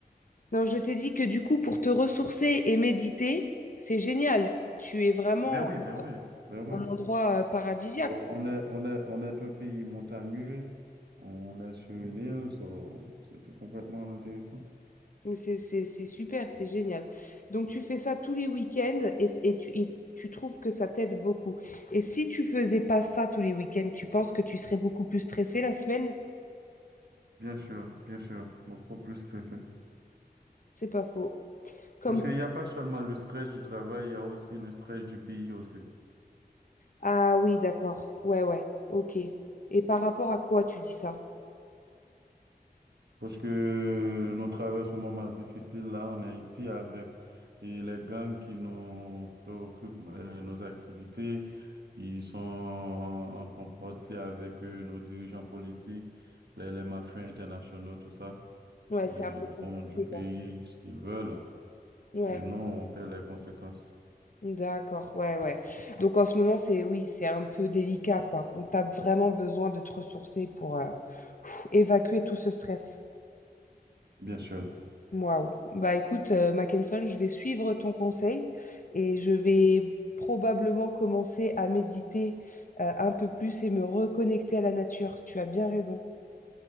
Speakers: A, on the left (about 55°); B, on the right (about 85°).
A: Non, je t'ai dit que du coup, pour te ressourcer et méditer, c'est génial. Tu es vraiment
B: Ben oui, ben oui, ben oui.
A: en endroit euh, paradisiaque.
B: Oh, On est, on est, on est un pays montagneux, on est sur une île, so, c'est c'est complètement intéressant.
A: Mais C'est c'est- c'est super, c'est génial. Donc, tu fais ça tous les week-ends et, et tu, et tu trouves que ça t'aide beaucoup. Et si tu faisais pas ça tous les week-ends, tu penses que tu serais beaucoup plus stressé la semaine?
B: Bien sûr, bien sûr, beaucoup plus stressé.
A: C'est pas faux. Comme...
B: Parce qu'il n'y a pas seulement le stress du travail, il y a aussi le stress du pays aussi.
A: Ah oui, d'accord. Ouais, ouais. Ok. Et par rapport à quoi tu dis ça?
B: Parce que nous traversons un moment difficile là en Haïti avec et les gangs qui nous préoccupent euh, nos activités. Ils sont en, en compétition avec euh, nos dirigeants politiques, les, les mafias internationaux, tout ça.
A: Ouais,
B: Et
A: c'est
B: ils
A: un peu
B: font
A: compliqué.
B: du pays ce qu'ils veulent.
A: Ouais,
B: Et nous, on paie les conséquences.
A: d'accord, ouais, ouais. Donc en ce moment, c'est oui, c'est un peu délicat, quoi. Donc tu as vraiment besoin de te ressourcer pour euh, pff, évacuer tout ce stress.
B: Bien sûr,
A: Waouh. Bah écoute, euh, Mackenson, je vais suivre ton conseil et je vais probablement commencer à méditer euh, un peu plus et me reconnecter à la nature. Tu as bien raison.